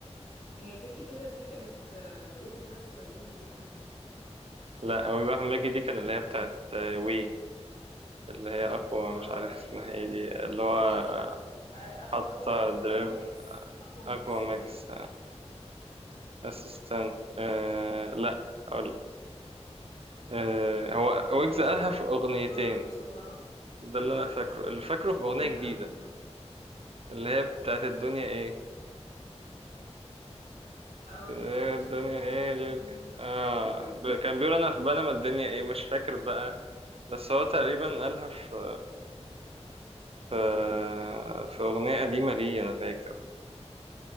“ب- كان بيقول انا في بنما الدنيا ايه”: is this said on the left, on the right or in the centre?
Right